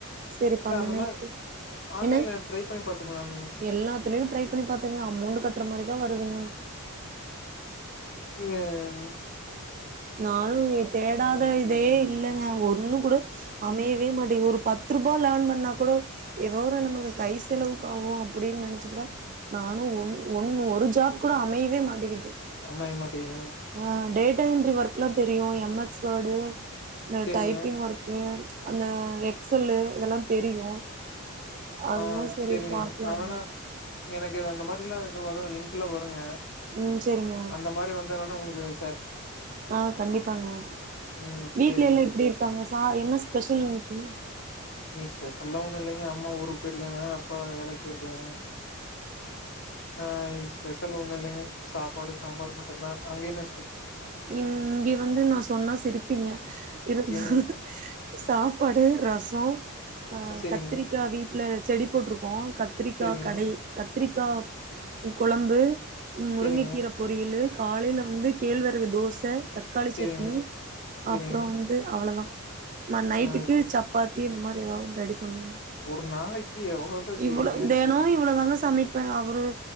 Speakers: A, on the right; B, on the left.
A: செரி
B: இல்ல
A: பண்ணுனேட்டு
B: அந்த மாரி ஆன்லைன்ல
A: என்ன
B: ட்ரை பண்ணி பாத்துக்கலாம்.
A: எல்லாத்துலயு ட்ரை பண்ணி பாத்தேங்க அமௌண்டு கட்ற மாரி தா வருதுங்க
B: உம்
A: நானு தேடாத
B: சேரி
A: இதே
B: சேரிங்க.
A: இல்லங்க ஒர் ஒன்னு கூட அமையவே மாட்டேங்கு ஒரு பத்து ரூபா லார்ன் பண்ணா கூட எதோ ஒரு நமக்கு கை செலவுக்கு ஆகு அப்டின் நெனச்சுதா நானு ஒன் ஒன் ஒரு ஜாப் கூட அமையவே மாட்டிக்கிது
B: அமைய மாட்டிக்கிதா
A: ஆஹ் டேட்டா என்ட்ரி ஒர்க்லா தெரியு எம் எக்ஸ் வேர்டு இந்த
B: சேரிங்க.
A: டைப்பிங் ஒர்க்கு அந்த எக்ஸல்லு இதெல்லா தெரியு அதுதா
B: ஆ
A: செரி
B: செரிங்க
A: பாக்கலாங்க
B: நா வேணா எனக்கு இது அந்த மாரில்லா இது வரும் லிங்க்ல்லா வருங்க
A: ம் செரிங்க
B: அந்த மாரி வந்தா வேணா உங்களுக்கு ஸ்
A: ஆ கண்டிப்பாங்க
B: ம்
A: வீட்ல
B: சேரிங்க.
A: எல்லா எப்டி இருக்காங்க சா என்ன ஸ்பெஷல் இன்னிக்கு
B: இன்னக்கி ஸ்பெஷல்லா ஒன்னு இல்லங்க அம்மா ஊருக்கு போயிருக்காங்க அப்பா வேலைக்கு பேய்ருக்காங்க ஆ ஸ்பெஷல் ஒண்ணு இல்லைங்க சாப்பாடு சாம்பார் மட்டுந்தா அங்க‌என்ன
A: இங்க வந்து நா சொன்னா சிரிப்பிங்க இருந்தாலு
B: என்னங்க?
A: சாப்பாடு ரசோ ஆ
B: சேரிங்க
A: கத்திரிக்கா வீட்ல செடி போட்ருக்கோ கத்திரிக்கா
B: சேரிங்க
A: கடையல் க கத்ரிக்கா கொழம்பு முருங்கக்கீர
B: சேரிங்க
A: பொரியலு காலேல வந்து கேழ்வர ரகு தோச தக்காளி
B: சேரிங்க
A: சட்னி
B: சேரிங்க.
A: அப்றோ வந்து அவ்ளதா நா நைட்டுக்கு
B: ஆ
A: சப்பாத் தி இந்த மாரி ஏதாது ஒன்னு ரெடி பண்ணு
B: ஒரு நாளைக்கு எவ்ளோதா செய்வீங்க
A: இவ்ளோ தெனோ இவ்ளோ தாங்க சமைப்ப அவரு